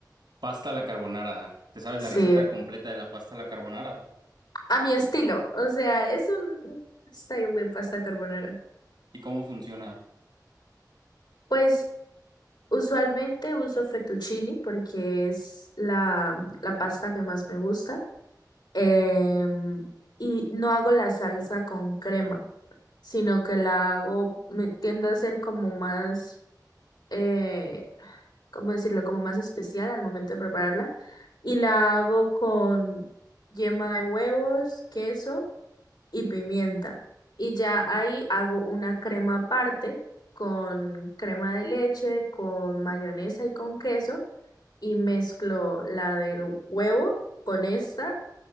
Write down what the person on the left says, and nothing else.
Sí,
a mi estilo, o sea, es un un style de pasta carbonara.
Pues usualmente uso fettuccini porque es la, la pasta que más me gusta. Em, y no hago la salsa con crema. sino que la hago, me tiendo a ser como más, eh, ¿cómo decirlo? Como más especial al momento de prepararla. Y la hago con yema de huevos, queso y pimienta. Y ya ahí hago una crema aparte con crema de leche, con mayonesa y con queso. Y mezclo la del huevo con esta